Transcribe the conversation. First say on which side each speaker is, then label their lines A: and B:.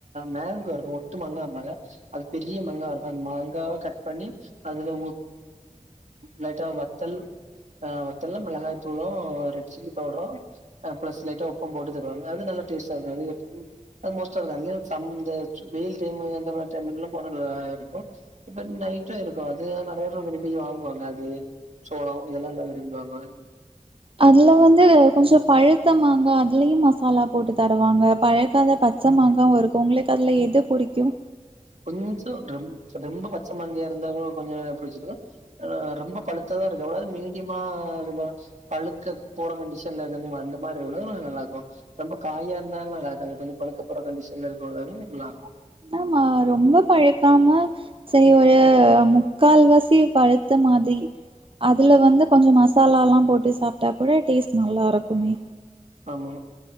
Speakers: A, on the right; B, on the right.
A: மேங்கோ இருக்கும் ஒட்டு மாங்கா என்பாங்க அது பெரிய மங்காய் இருக்கும் அந்த மாங்காவ கட் பண்ணி அதுல லைட்டா வத்தல் அஹ் வத்தலல்லாம் மிளகாய சோளம் ரெட் சில்லி பவுடரும் பிளஸ் லைட்டா உப்பும் போட்டு தருவாங்க அது நல்லா டேஸ்ட்டா இருக்கும் அஅ மோஸ்டா நிறைய சம்த வெயில் டைம் அந்த மாரி டைம் போன நல்லா இருக்கும் இப்ப நைட்டும் இருக்கும் அது <unintelligible> நிறைய விரும்பி வாங்குவாங்க அது சோளம் இதெல்லாம் நல்லா விரும்புவாங்க
B: அதுல வந்து கொஞ்சம் பழு த்தமாங்க அதுலையும் மசாலா போட்டு தருவாங்க பழ பச்சை
A: ம்
B: மாங்கா இருக்குங்களே கடல எது பிடிக்கும்
A: கொஞ்சம் ரம் ரொம்ப பச்சை மாங்காயி இருந்தா கூடோ கொஞ்சநேரம் புடிச்சுடுங்க ரொம்ப பழுத்தத தான் இருக்கு எவ்ளவு மீ முக்கியமா இருல பழுக்க போற கண்டிஷன்ல இருக்க அந்த மாரி எவ்ளோ நல்லா இருக்கும் ரொம்ப காயா இருந்தாலும் நல்லா இருக்காது கொஞ்சம் பழுக்க போற கண்டிஷன்ல இருக்க உள்ளதே நல்லா இருக்கோம்
B: இன்னமா ரொம்ப பழுக்காம சரி ஒரு முக்கால் வாசி பழுத்த மாதிரி அதுல வந்து கொஞ்சம் மசாலாலாம் போட்டு சாப்பிட்டா கூட டேஸ்ட் நல்லா இருக்குமே
A: ஆமா